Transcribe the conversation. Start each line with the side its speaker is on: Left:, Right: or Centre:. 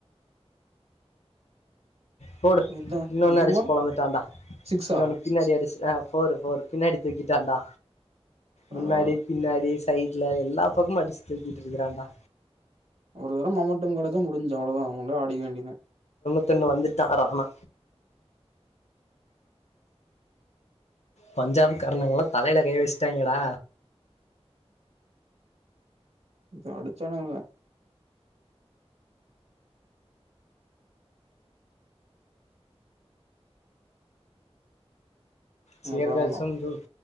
Left: போடு
Right: இதா
Left: இன்னொன்னு
Right: இது
Left: அடிச்சு
Right: மாரி
Left: பொழந்துட்டான்டா
Right: சிக்ஸா
Left: இன்னொன்னு பின்னாடி அடிச்சு ஆ ஃபோரு ஃபோரு பின்னாடி தூக்கிட்டான்டா
Right: பரவால்ல
Left: முன்னாடி பின்னாடி சைட்ல எல்லா பக்கமு அடிச்சு தூக்கிட்டு இருக்கிறான்டா
Right: ஒரு தடம் மொமண்டம் கெடஜா முடிஞ்சு அவ்ளோதா <unintelligible> அடிக்க வேண்டி தா
Left: தன்னு வந்துட்டா அ ரஹனா பஞ்சாப் காரங்கல்லா தலையல கை வச்சுட்டாங்கடா
Right: இது அடிச்சானுங்ஹல்ல
Left: சியர்
Right: ராணா
Left: கேல்சும் து